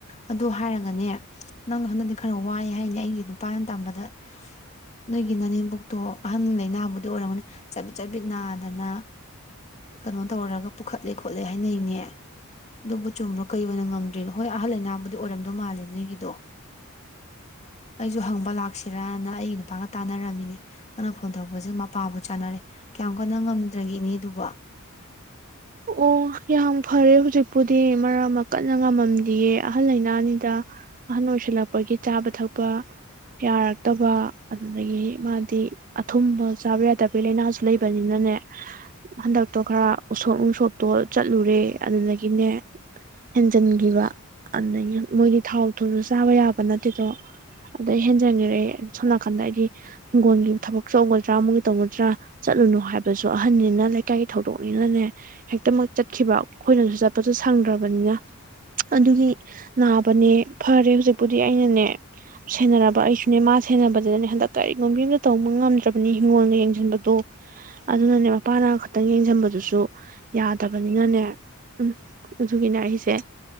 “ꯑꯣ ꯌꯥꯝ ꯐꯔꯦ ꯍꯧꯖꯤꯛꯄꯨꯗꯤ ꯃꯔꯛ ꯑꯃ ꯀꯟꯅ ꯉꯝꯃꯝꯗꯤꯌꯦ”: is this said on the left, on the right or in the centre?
Right